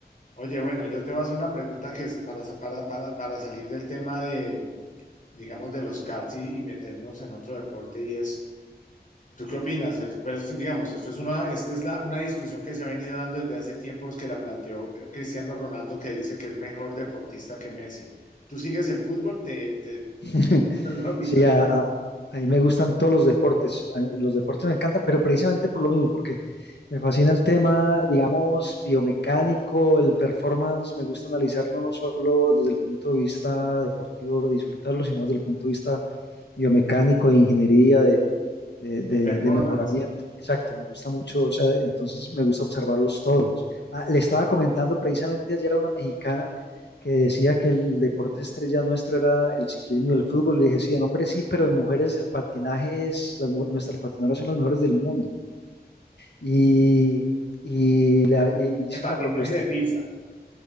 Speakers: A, on the left; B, on the left.
A: Oye, bueno, yo te voy a hacer una pregunta que es para, para, para, para salir del tema de, digamos, de los karts y, y meternos en otro deporte y es, ¿tú qué opinas? Pues, Pero esto, digamos, esto es una, esta es la, una discusión que se ha venido dando desde hace tiempos que la planteó eh, Cristiano Ronaldo que dice que es mejor deportista que Messi. ¿Tú sigues el fútbol? ¿Te, te, te-
B: <laughs>
A: alguna opinión
B: Sí, a,
A: de,
B: a- a mí me gustan todos los deportes, a los deportes me encantan, pero precisamente por lo mismo, porque me fascina el tema, digamos, biomecánico, el performance, me gusta analizarlo no solo desde el punto de vista deportivo, de disfrutarlo, sino desde el punto de vista biomecánico, de ingeniería, de, de, de,
A: del performance?
B: de mejoramiento. Exacto, me gusta mucho, o sea, entonces me gusta observarlos todos. Ah, le estaba comentando precisamente ayer a una mexicana que decía que el deporte estrella nuestro era el ciclismo y el fútbol. Le dije, sí, en hombres sí, pero en mujeres el patinaje es, las mu- nuestras patinadoras son las mejores del mundo. Y, y le ha- e hice
A: El patinaje
B: una propuesta.
A: de pista,